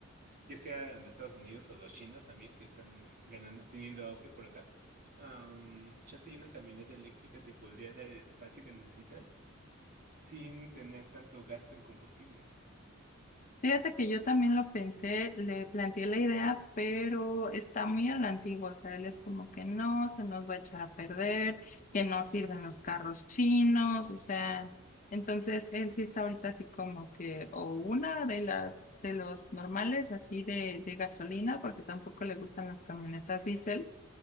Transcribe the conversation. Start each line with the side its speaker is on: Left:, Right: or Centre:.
Right: ya sea de Estados Unidos o los chinos también, que están ganando, teniendo auge por acá. Am, chance y una camioneta eléctrica te podría dar el espacio que necesitas sin tener tanto gasto en combustible.
Left: Fíjate que yo también lo pensé, le planteé la idea, pero está muy a la antigua, o sea, él es como que no, se nos va a echar a perder, que no sirven los carros chinos, o sea, entonces él sí está ahorita así como que, o una de las, de los normales así de, de gasolina, porque tampoco le gustan las camionetas diésel,